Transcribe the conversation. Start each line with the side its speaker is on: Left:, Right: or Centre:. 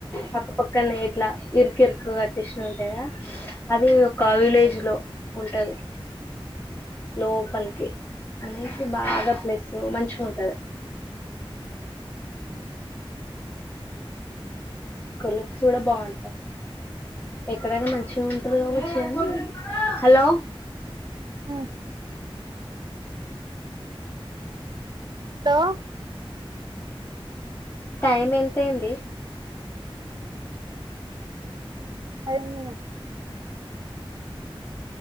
Left: పక్కపక్కనే ఇట్లా ఇరుకు ఇరుకు కట్టిస్త ఉంటాయిద అది ఒక విలేజ్ లో ఉంటది లోపలికి అనేసి బాగా ప్లేస్ మంచిగా ఉంటది కొలీగ్స్ కూడా బాగుంటారు ఎక్కడైనా మంచిగా ఉంటారు కావుచేమో హలో
Right: ఆ హలో
Left: టైం ఎంత అయింది
Right: ఫైవ్ మినిట్స్